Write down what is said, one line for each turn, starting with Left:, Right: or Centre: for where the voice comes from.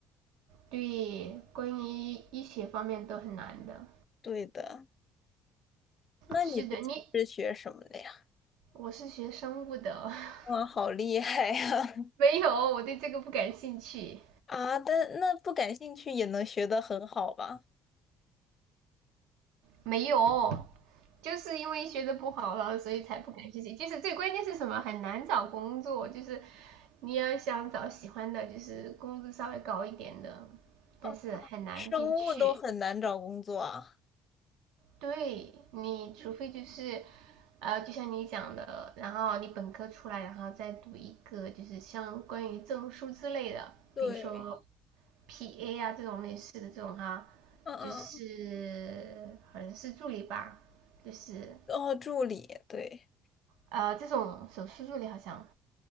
Right: 对关于医学方面都很难的。
Left: 对的，那你之前是学什么的呀？
Right: 是的，你我是学生物的，<laughs>
Left: 哇，好厉害呀！<laughs>
Right: 没有，我对这个不感兴趣。
Left: 啊，但那不感兴趣也能学得很好吧？
Right: 没有，就是因为学的不好了，所以才不感兴趣。就是最关键是什么？很难找工作，就是你要想找喜欢的，就是工资稍微高一点的，但是很难进去。
Left: 哦生物都很难找工作啊。
Right: 对，你除非就是，呃，就像你讲的，然后你本科出来，然后再读一个就是相关于证书之类的，
Left: 对，
Right: 比如说 PA 啊这种类似的这种哈，
Left: 嗯嗯。
Right: 就是好像是助理吧，
Left: 嗯
Right: 就是
Left: 哦，助理，对
Right: 呃这种手术助理好像